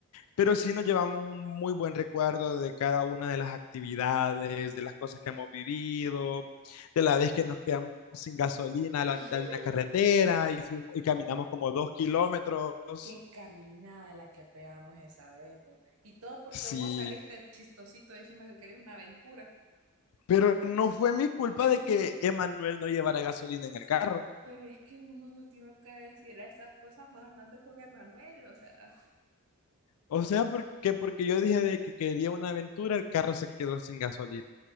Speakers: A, on the left (about 75°); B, on the right (about 70°).
A: pero sí nos llevamos un muy buen recuerdo de cada una de las actividades, de las cosas que hemos vivido, de la vez que nos quedamos sin gasolina a
B: <laughs>
A: la mitad de una carretera y, fuimos- y caminamos como dos kilómetros.
B: Qué caminada la que pegamos esa vez, po. Y todo porque
A: Sí,
B: vos saliste chistosito diciendo que querías una aventura.
A: pero no fue mi culpa
B: <laughs>
A: de que Emanuel no llevara gasolina en el carro.
B: Pero es que uno no tiene que decirle esas cosas más andando con Emanuel, o sea.
A: O sea, porque, porque yo dije de que quería una aventura, el carro se quedó sin gasolina.